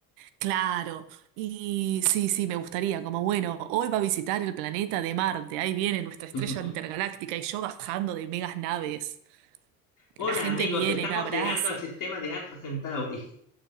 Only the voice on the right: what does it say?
Claro, y sí, sí, me gustaría, como bueno, hoy va a visitar el planeta de Marte, ahí viene nuestra
estrella intergaláctica y yo bajando de megas naves,
la gente
viene
y me abraza,